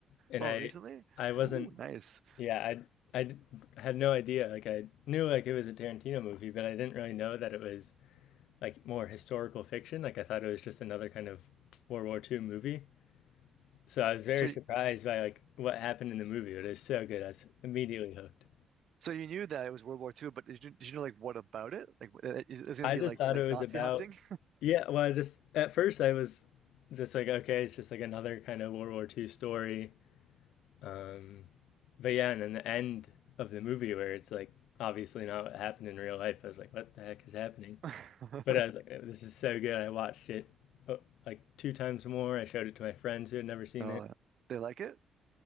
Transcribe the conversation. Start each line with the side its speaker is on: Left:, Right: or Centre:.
Left: and
Right: Oh,
Left: I
Right: recently?
Left: I wasn't
Right: Ooh, nice.
Left: Yeah, I I d- had no idea. Like I knew like it was a Tarantino movie, but I didn't really know that it was like more historical fiction. Like I thought it was just another kind of World War II movie. So I was very
Right: So, y-
Left: surprised by like what happened in the movie, but it was so good. I was immediately hooked.
Right: so you knew that it was World War Two, but did you, did you know like what about it? Like, uh, is it's going
Left: I
Right: to be
Left: just
Right: like
Left: thought
Right: like
Left: it was
Right: Nazi
Left: about
Right: hunting?
Left: yeah, well I just at first I was just like okay, it's just like another kind of World War II story. Um but yeah, and then the end of the movie where it's like obviously not what happened in real life, I was like what the heck is happening?
Right: <laughs>
Left: But I was like, "Oh, this is so good. I watched it uh, like two times more. I showed it to my friends who had never seen
Right: Oh,
Left: it.
Right: they like it?